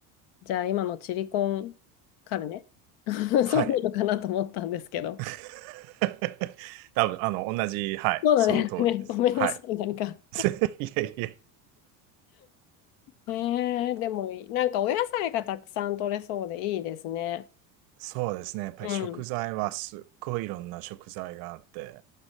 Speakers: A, on the left (about 65°); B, on the right (about 60°).
A: じゃあ今のチリコンカルネ <laughs>
B: はい。
A: そうなのかなと思ったんですけど。
B: <laughs> 多分、あの、同じ、はい、
A: そうだね。
B: その通りです。
A: ね、ごめんなさい、
B: はい。
A: なんか。
B: <laughs> いやいや。
A: えー、でもいい、なんかお野菜がたくさん取れそうでいいですね。
B: そうですね。やっぱり食材はすっごいいろんな食材があって、
A: うん。